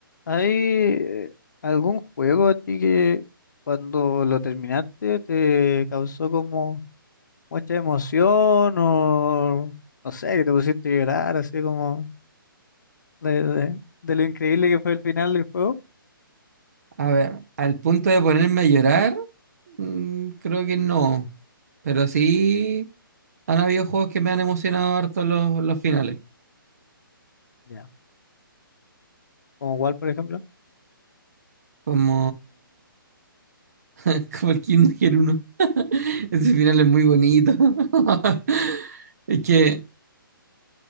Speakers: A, on the left; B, on the right.
A: ¿Hay eh, algún juego a ti que cuando lo terminaste te causó como mucha emoción o no sé, que te pusiste a llorar así como de, de- de lo increíble que fue el final del juego?
B: A ver, al punto de ponerme a llorar, mm, creo que no. Pero sí han habido juegos que me han emocionado harto los, los finales.
A: Ya. ¿Como cuál, por ejemplo?
B: Como, <laughs> como el Kingdom Hearts 1. <laughs> Ese final es muy bonito. <laughs> Es que,